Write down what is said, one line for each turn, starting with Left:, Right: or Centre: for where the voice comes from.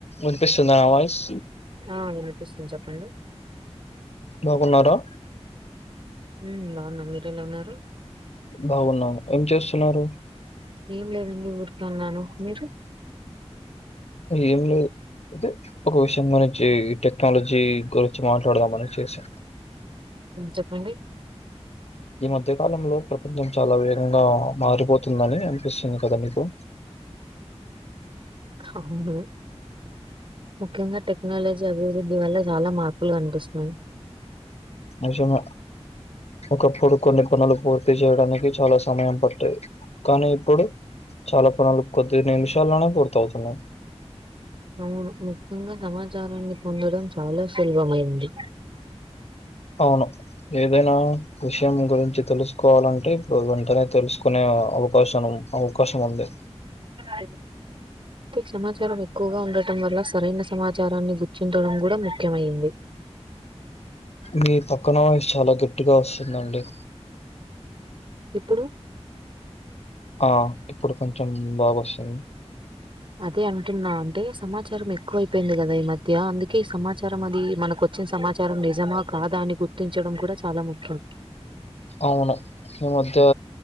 Left: విన్పిస్తుందా నా వాయిస్
Right: ఆ విన్పిస్తుంద్ చెప్పండి.
Left: బాగున్నారా?
Right: మ్ బాగున్నా, మీరెలా ఉన్నారు?
Left: బాగున్నాం, ఏం చేస్తున్నారు?
Right: ఏం లేదండి ఊరికే ఉన్నాను మీరు
Left: ఏం లేదు. అయితే ఒక విషయం గురించి టెక్నాలజీ గురించి మాట్లాడదామని చేసా
Right: చెప్పండి?
Left: ఈ మధ్య కాలంలో ప్రపంచం చాలా వేగంగా మారిపోతుందని అనిపిస్తుంది కదా మీకు
Right: అవును ముఖ్యంగా టెక్నాలజీ అభివృద్ధి వల్ల చాలా మార్పులు కనిపిస్తున్నాయి.
Left: నిజంగా ఒకప్పుడు కొన్ని పనులు పూర్తి చేయడానికి చాలా సమయం పట్టేది కానీ ఇప్పుడు చాలా పనులు కొద్ది నిమిషాల్లోనే పూర్తవుతున్నాయి.
Right: అవును ముఖ్యంగా సమాచారాన్ని పొందడం చాలా సులభమైంది.
Left: అవును ఏదైనా విషయం గురించి తెలుస్ కోవాలంటే ఇప్పుడు వెంటనే తెల్సుకునే అవకాశం అవకాశం ఉంది.
Right: అయితే సమాచారం ఎక్కువగా ఉండటం వల్ల సరైన సమాచారాన్ని గుర్తించడం గుడా ముఖ్యమైంది.
Left: మీ పక్కన వాయిస్ చాలా గట్టిగా వస్తుందండి.
Right: ఇప్పుడు?
Left: ఆ ఇప్పుడు కొంచం బాగొస్తుం
Right: అదే అంటున్నా అంటే సమాచారం ఎక్కువైపోయింది గదా ఈ మధ్య అందుకే ఈ సమాచారం అది మనకొ చ్చిన్ సమాచారం నిజమా, కాదా అని గుర్తించడం కూడా చాలా ముఖ్యం.
Left: అవును ఈ మధ్యా